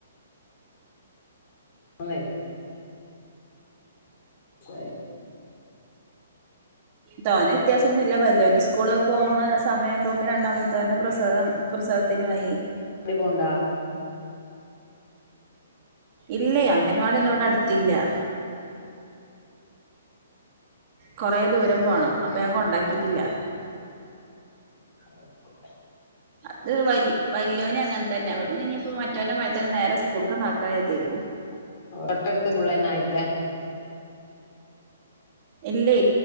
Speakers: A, on the left; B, on the right.
A: അ ശരി
B: തോന വ്യത്യാസം ഒന്നുമല്ല വല്ന് സ്കൂള് പോണ സമയപ്പോക്കെ രണ്ടാമത്തെ ന്നെ പ്രസവം പ്രസവത്തിനുമായി
A: അടി പോണ്ടാ
B: ഇല്ലേ അംഗൻവാടി ഒന്നും ഇവിടെ അടുത്തില്ല കൊറെ ദൂരം പോണം അപ്പൊ ഞാൻ കൊണ്ടാക്കിട്ടില്ല
A: ഓക്കെ
B: അത് വ വല്യോന അങ്ങനെ തന്നെ പിന്നെ ഇനിയിപ്പോ മറ്റവന്റെ മ തന്നെ നേരെ സ്കൂൾക്കണ്ടാക്കാരുതിക്കണ്
A: ഒട്ടടുത്തസ്ക്കുള്ളന്നെ ആയില്ലേ
B: ഇല്ലേ